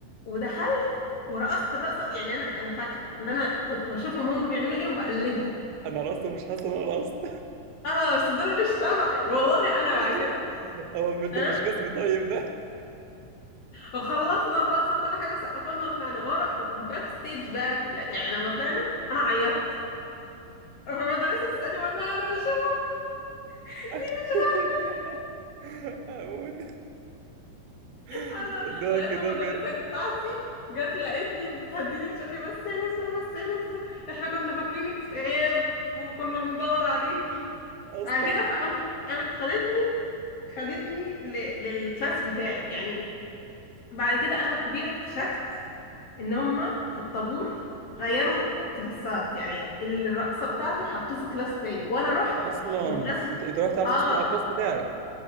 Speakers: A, on the left; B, on the right.
A: ودخلت ورقصت الرقصه يعني انا انا فاكره ان انا كنت بشوفهم هم بيعملوا ايه وبقلدهم
B: انا رقصت ومش حاسس ان انا رقصت
A: اه بس دول مش تبعي والله انا
B: <laughs>
A: بعد كده
B: هو مش ده
A: تمام
B: مش جسمي طيب ده
A: وخلصنا الرقصه وكل حاجه سقفنا وطلعنا ورا باك ستيج بقى لا، يعني لما طلعنا انا عيطت فالمدرسه بتسالني والله انا مش <laughs> دي
B: <laughs>
A: مش راضية.
B: اموت <laughs>
A: انا
B: ده
A: لغايه
B: كده
A: المدرسه
B: بجد
A: بتاعتي جت لقيتني بتهديني بتقول لي بس يا نسمه بس يا نسمه احنا كنا فاكرينك غياب وكنا بندور عليكي
B: اصلا
A: بعد كده فقام قامت خدتني خدتني ل... للكلاس بتاعي يعني بعد كده انا كبيره اكتشفت ان هم في الطابور غيروا الكلاسات يعني الرقصه بتاعته حطوه في كلاس تاني وانا رحت
B: اصلا
A: الكلاس
B: انت انت رحت على
A: اه
B: الفصل الارقص بتاعك